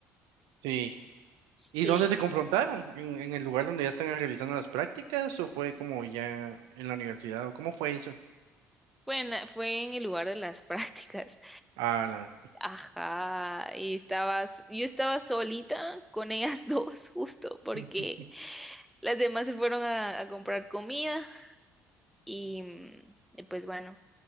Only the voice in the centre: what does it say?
Sí.
Fue en, fue en el lugar de las <laughs> prácticas.
Ajá, y estabas, yo estaba solita con ellas <laughs> dos, justo, porque
las demás se fueron a, a comprar comida y, mm, y pues bueno,